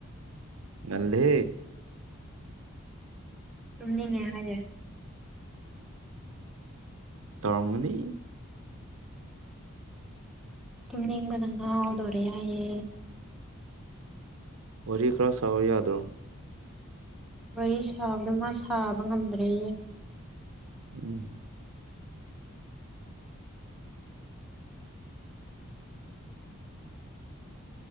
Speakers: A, on the right; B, in the centre.
A: ꯉꯪꯗꯦ
B: ꯇꯝꯗꯤꯅꯦ ꯍꯥꯏꯌꯦ
A: ꯇꯔꯒꯂꯤ
B: ꯇꯨꯝꯅꯤꯡꯕ ꯅꯉꯗꯣꯔꯦ ꯌꯥꯌꯦ
A: ꯔꯤ ꯀꯔ ꯁꯥꯎꯔꯤꯗ꯭ꯔꯣ
B: ꯋꯥꯔꯤ ꯁꯥꯕꯗ ꯃꯥ ꯁꯥꯕ ꯉꯝꯗ꯭ꯔꯦꯌꯦ
A: ꯎꯝ